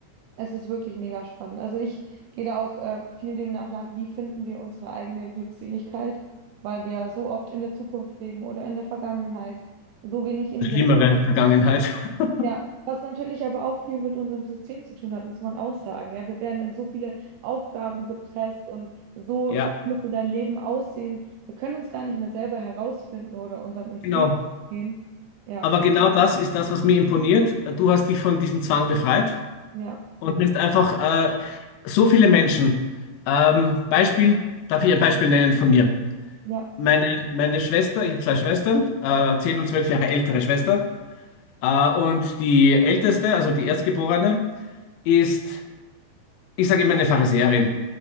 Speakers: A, on the right (about 80°); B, on the left (about 80°).
A: es ist wirklich mega spannend. Also ich gehe da auch äh, viel demnach nach, wie finden wir unsere eigene Glückseligkeit, weil wir so oft in der Zukunft leben oder in der Vergangenheit, so wenig im
B: Schlimmere
A: Jetzt.
B: Vergangenheit. <laughs>
A: Ja, was natürlich aber auch viel mit unserem System zu tun hat, muss man auch sagen. Ja, wir werden in so viele Aufgaben gepresst und so
B: Ja,
A: müsste dein Leben aussehen. Wir können uns gar nicht mehr selber herausfinden oder unserem Instinkt
B: genau.
A: gehen. Ja,
B: Aber genau das ist das, was mir imponiert. Du hast dich von diesem Zwang befreit
A: ja,
B: und bist einfach äh, so viele Menschen. Ähm, Beispiel, darf ich ein Beispiel nennen von mir?
A: ja,
B: Meine, meine Schwester, ich habe zwei Schwestern, äh, zehn und zwölf Jahre ältere Schwester. Äh, und die älteste, also die Erstgeborene, ist, ich sage immer eine Pharisäerin.